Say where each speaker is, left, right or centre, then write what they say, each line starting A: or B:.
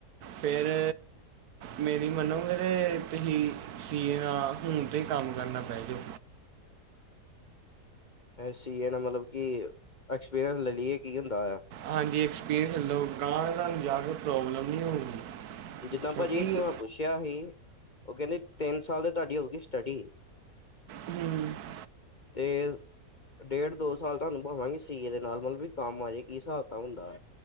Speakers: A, on the right; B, on the left.
A: ਫੇਰ ਮੇਰੀ ਮੰਨੋਗੇ ਤੇ ਤੁਸੀਂ ਸੀਏ ਨਾਲ ਫੋਣ ਤੇ ਹੀ ਕੰਮ ਕਰਨਾ ਪੈ ਜਾਓ।
B: ਐਸੀ ਇਹ ਨਾ ਮਤਲਬ ਕਿ ਐਕਸਪੀਰੀਅੰਸ ਲੈ ਲਈਏ ਕੀ ਹੁੰਦਾਆ।
A: ਹਾਂਜੀ ਐਕਸਪੀਰੀਅੰਸ <unintelligible> ਗਾਹਾਂਤੁਹਾਨੂੰ ਜਾ ਕੇ ਪ੍ਰੋਬਲਮ ਨਹੀਂ ਹੋਊਗੀ।
B: ਜਿੱਦਾਂ ਭਾਜੀ
A: ਕਿਉਂਕਿ
B: ਇੱਥੇ ਮੈਂ ਪੁੱਛਿਆ ਸੀ ਉ ਕਹੰਦੇ ਤਿੰਨ ਸਾਲ ਦੇ ਤੁਹਾਡੀ ਹੋਗੀ ਸਟੱਡੀ।
A: ਹਮ ਹ। <inaudible>
B: ਤੇ ਡੇਢ ਦੋ ਸਾਲ ਤਾਨੂੰ ਭਾਵਾਂਗੇ ਸੀਏ ਦੇ ਨਾਲ ਮਤਲਬ ਵੀ ਕੰਮ ਆਜੇ ਕੀ ਸਾਬ ਤਾਬ ਹੁੰਦਾ।